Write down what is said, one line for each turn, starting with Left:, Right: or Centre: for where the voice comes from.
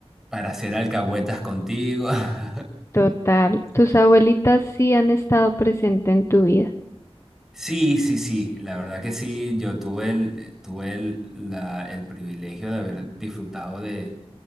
Centre: para hacer alcahuetas contigo. <laughs>
Left: total. Tus abuelitas sí han estado presentes en tu vida.
Centre: Sí, sí, sí, la verdad que sí, yo tuve el, tuve el, la- el privilegio de haber disfrutado de,